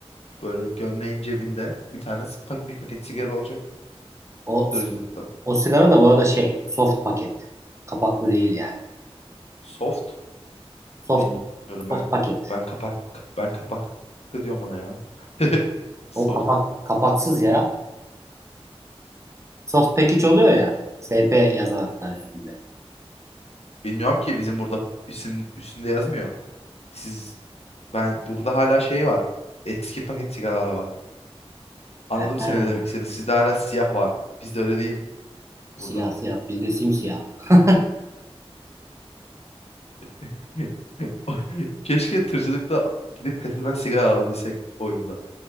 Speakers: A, on the left; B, on the right.
A: böyle gömleğin cebinde bir tane s- pak- bir paket sigara olacak
B: O
A: tırcılıkta.
B: o sigara da bu arada şey, soft paket. Kapaklı değil yani.
A: Soft
B: Soft
A: bilmiyorum ben.
B: soft paket.
A: Ben kapak ben kapak diyorum ona ya. <laughs> Soft.
B: O kapak kapaksız ya. Soft package oluyor ya. SP yazan hatta üstünde.
A: Bilmiyorum ki bizim burada isim üstünde yazmıyor. Siz ben burada hala şey var. Eski paket sigaralar var. Anladım
B: Ha,
A: seni ne demek istediğini. Sizde hala siyah var. Bizde öyle değil burada.
B: siyah siyah bizde simsiyah. <laughs>
A: <laughs> Keşke tırcılıkta gidip petrolden sigara alabilsek oyunda.